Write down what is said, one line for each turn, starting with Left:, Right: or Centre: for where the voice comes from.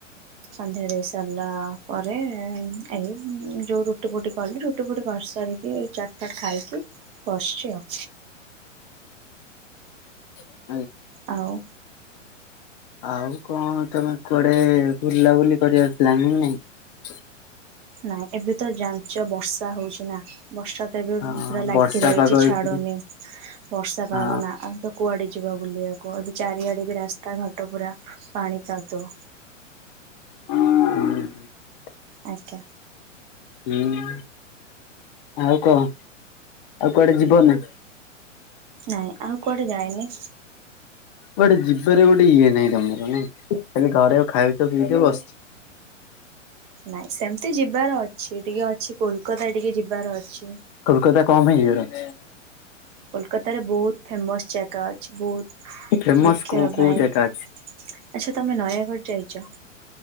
Right: ସନ୍ଧ୍ୟା ଦେଇ ସାରିଲା ପରେ, ଏଇ ଯେଉଁ ରୁଟି ଫୁଟି କଲି, ରୁଟି ଫୁଟି କରିସାରିକି, ଏଇ ଚାରି ଖାଇକି ବସିଛି ଆଉ
Left: <unintelligible>
Right: ଆଉ
Left: ଆଉ କଣ ତମେ କୁଆଡେ ବୁଲାବୁଲି କରିବା ପ୍ଲାନିଂ ନାଇଁ
Right: ନାଇଁ, ଏବେ ତ ଯାଞ୍ଚ ବର୍ଷା ହଉଛି ନା? ବର୍ଷା ତ ଏବେ
Left: ହଁ
Right: ପୁରା ଲାଗି
Left: ବର୍ଷା
Right: ରହିଛି
Left: ପାଗ ହେଇଛି
Right: ଛାଡୁନି, ବର୍ଷା ପାଗ
Left: ହଁ
Right: ନା ଆଉ ତ କୁଆଡେ? ଯିବା ବୁଲିବାକୁ ଏ ଚାରିଆଡେ ବି ରାସ୍ତା ଘାଟ ପୁରା ପାଣି କାଦୁଅ।
Left: ଓ <unintelligible>
Right: ଆଜ୍ଞା।
Left: ହୁଁ, ଆଉ କହ ଆଉ କୁଆଡେ ଯିବନା?
Right: ନାଇଁ ଆଉ କୁଆଡେ ଯାଏନି।
Left: ଗୋଟେ ଯିବାରେ ଗୋଟେ ଇଏ ନାହିଁ ତମର ନାଇଁ, ଖାଲି ଘରେଉ ଖାଉଛ ପିଇଛ ବସିଛି।
Right: ନାଇଁ, ସେମିତି ଯିବାର ଅଛି, ଟିକେ ଅଛି କୋଲକାତା ଟିକେ ଯିବାର ଅଛି।
Left: କୋଲକାତା କଣ ପାଇଁ ଯିବାର ଅଛି?
Right: କୋଲକାତାରେ ବହୁତ ଫେମସ ଜାଗା ଅଛି, ବହୁତ
Left: ଅଛି ଫେମସ
Right: ଦେଖିବା
Left: କୋଉ କୋଉ
Right: ପାଇଁ,
Left: ଜାଗା ଅଛି
Right: ଆଛା ତମେ ନୟାଗଡ ଯାଇଛ?